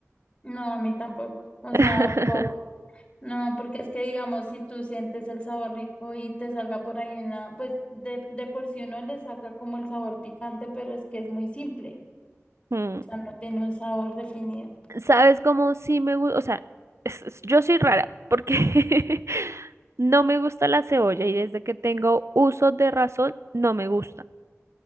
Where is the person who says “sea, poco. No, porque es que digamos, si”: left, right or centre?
Left